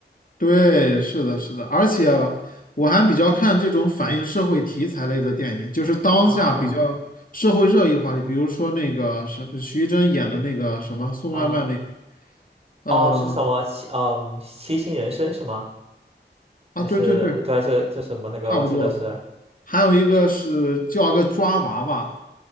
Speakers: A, on the left; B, on the right.
A: 对，是的，是的，而且我还比较看这种反映社会题材类的电影，就是当下比较
B: 啊
A: 社会热议话题，比如说那个是徐峥演的那个什么送外卖那个，
B: 啊。
A: 呃，
B: 哦，是什么七嗯，七星人生是吗？还是对啊，
A: 啊，对对对，
B: 还是这什么那个？
A: 差不多。
B: 我记得是，
A: 还有一个是叫个抓娃娃，
B: 就是